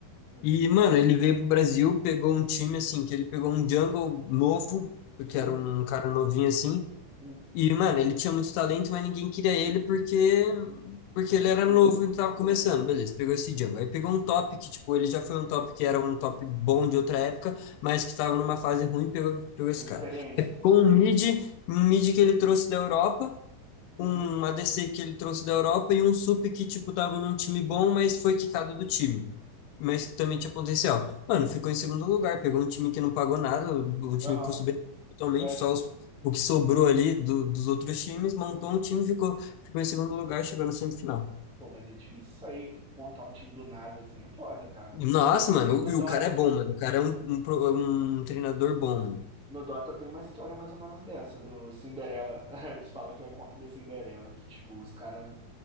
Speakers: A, in the centre; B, on the left.
A: uhum,
B: E, mano, ele veio pro Brasil, pegou um time, assim, que ele pegou um jungle novo, que
A: uhum,
B: era um cara novinho, assim.
A: uhum.
B: E, mano, ele tinha muito talento, mas ninguém queria ele porque porque
A: Era
B: ele
A: muito
B: era novo
A: novo.
B: e tava
A: Muito
B: começando,
A: novo.
B: beleza, pegou esse jungle. Aí pegou um top que, tipo, ele já foi um top que era um top bom de outra época, mas que tava numa fase ruim, pegou, pegou esse
A: Tem experiência,
B: cara.
A: tem
B: Com
A: experiência.
B: um mid, um mid que ele trouxe da Europa,
A: Uhum,
B: um ADC que ele trouxe da Europa e um sup que, tipo, tava num time bom, mas foi quicado do time mas
A: uhum.
B: também tinha potencial. Mano, ficou em segundo lugar, pegou um time que não pagou nada, um time
A: Aham.
B: que custo-benefício totalmente,
A: Mas,
B: só os- o que sobrou ali do- dos outros times, montou um time, ficou, ficou em segundo lugar, chegou na semifinal.
A: pô, mas é difícil sair, montar um time do nada assim. É foda, cara.
B: Nossa, mano,
A: No
B: e
A: Dota,
B: o cara é bom, mano. O cara é um, um, pro- um treinador bom, mano.
A: no Dota tem uma história mais ou menos dessa, do Cinderela. <laughs> Eles falam que é o conto da Cinderela, que, tipo, os caras